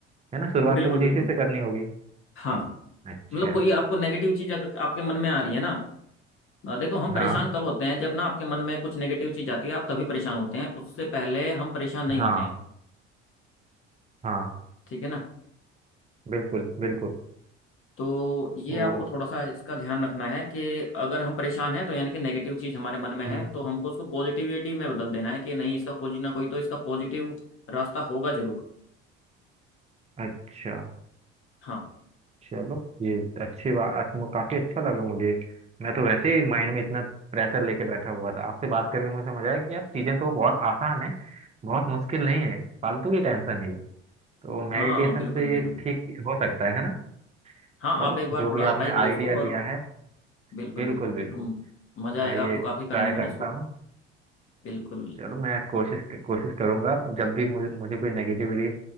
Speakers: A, on the right; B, on the left.
A: है ना शुरुआत
B: बिल्कुल
A: तो मुझे
B: बिल्कुल
A: इसी से करनी होगी
B: हाँ
A: अच्छा
B: मतलब कोई आपको नेगेटिव चीज़ अगर आपके मन में आ रही है ना अ, देखो हम परेशान
A: हाँ
B: कब होते हैं जब ना आपके मन में कुछ नेगेटिव चीज आती है आप तभी परेशान होते हैं उससे पहले हम परेशान नहीं
A: हाँ
B: होते हैं
A: हाँ
B: ठीक है ना
A: बिल्कुल बिल्कुल
B: तो ये
A: तो
B: आपको थोड़ा सा इसका ध्यान रखना है कि अगर हम परेशान हैं तो यानी कि नेगेटिव चीज हमारे मन में है
A: हम्म
B: तो हमको उसको पॉजिटिविटी में बदल देना है कि नहीं इसका कोई ना कोई तो इसका पॉजिटिव रास्ता होगा जरूर
A: अच्छा
B: हाँ
A: चलो ये अच्छी बात काफी अच्छा लगा मुझे मैं तो वैसे ही माइंड में इतना प्रेशर लेके बैठा हुआ था आपसे बात करके मुझे समझ आया कि यार चीजें तो बहुत आसान है बहुत मुश्किल नहीं है फालतू की टेंशन है ये तो मेडिटेशन
B: हाँ बिल्कुल
A: से
B: बिल्कुल
A: ये
B: बिल्कुल
A: ठीक हो सकता है है ना
B: हाँ
A: चलो
B: आप एक बार
A: जो
B: थोड़ा
A: भी आपने
B: ट्राई करो
A: आइडिया
B: इसको और
A: दिया है
B: बिल्कुल
A: बिल्कुल
B: बिल्कुल
A: बिल्कुल
B: बिल्कुल मजा
A: मैं
B: आएगा
A: ये
B: आपको
A: ट्राई
B: काफी करने में
A: करता
B: ना इसको
A: हूँ
B: बिल्कुल
A: चलो मैं कोशिश कोशिश करूंगा जब भी मुझे, मुझे कोई नेगेटिविटी